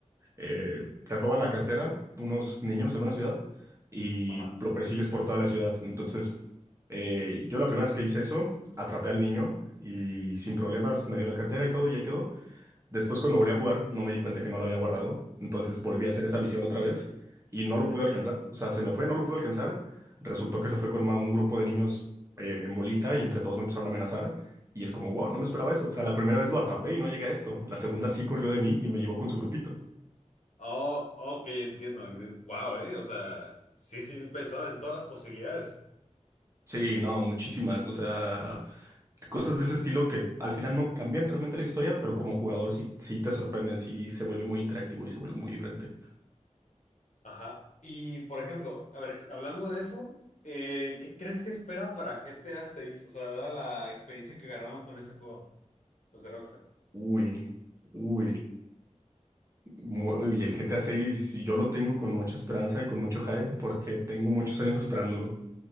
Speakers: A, on the right (about 25°); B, on the left (about 75°).
A: Eh, te roban la cartera unos niños en una ciudad y
B: Ajá.
A: lo persigues por toda la ciudad. Entonces, eh, yo la primera vez que hice eso, atrapé al niño y sin problemas me dio la cartera y todo y ahí quedó. Después, cuando volví a jugar, no me di cuenta que no lo había guardado. Entonces volví a hacer esa misión otra vez y no lo pude
B: Ujú.
A: alcanzar. O sea, se me fue, no lo pude alcanzar. Resultó que se fue con ma- un grupo de niños eh, en bolita y entre todos me empezaron a amenazar. Y es como, wow, no me esperaba eso. O sea, la primera vez lo atrapé y no llegué a esto. La segunda sí corrió de mí y me llevó con su grupito.
B: Oh, ok, entiendo. Wow, eh, o sea, sí, sí, pensaron en todas las posibilidades.
A: Sí, no, muchísimas. O sea, cosas de ese estilo que al final no cambian realmente la historia, pero como jugador sí, sí te sorprenden, sí se vuelve muy interactivo y se vuelve muy diferente.
B: Ajá. Y por ejemplo, a ver, hablando de eso, eh, ¿qué crees que espera para GTA seis O sea, dada la experiencia que agarraron con ese juego, los de Rockstar.
A: Uy, uy. Mu- Y el GTA 6 yo lo tengo con mucha esperanza y con mucho hype porque tengo muchos años esperándolo.